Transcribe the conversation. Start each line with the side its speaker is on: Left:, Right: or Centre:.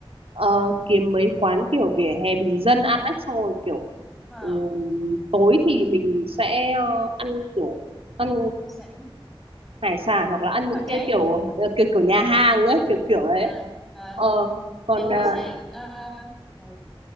Right: ờ, kiếm mấy quán kiểu vỉa hè bình dân ăn ấy, xong rồi kiểu
Centre: Ờ,
Right: Ừ, tối thì mình sẽ ờ, ăn kiểu ăn
Centre: hải sản
Right: hải sản hoặc là ăn
Centre: ăn
Right: những
Centre: hoành tráng
Right: cái kiểu ờ, kiểu kiểu nhà hàng á kiểu kiểu ấy
Centre: à, à, à.
Right: ờ còn
Centre: thì buổi
Right: à,
Centre: sáng ờ, ừ,